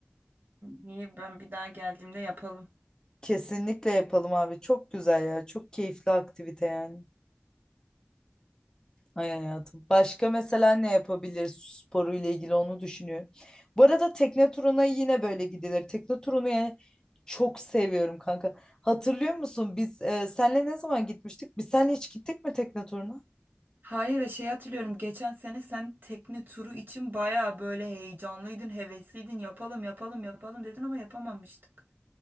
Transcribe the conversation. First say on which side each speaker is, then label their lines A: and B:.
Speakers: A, on the right; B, on the left.
A: İyi ben bir daha geldiğimde yapalım.
B: Kesinlikle yapalım abi. Çok güzel ya. Çok keyifli aktivite yani. Ay hayatım. Başka mesela ne yapabilir sporu ile ilgili onu düşünüyorum. Bu arada tekne turuna yine böyle gidilir. Tekne turunu yani çok seviyorum kanka. Hatırlıyor musun biz e, senle ne zaman gitmiştik? Biz senle hiç gittik mi tekne turuna?
A: Hayır da şey hatırlıyorum. Geçen sene sen tekne turu için baya böyle heyecanlıydın, hevesliydin. Yapalım, yapalım, yapalım dedin ama yapamamıştık.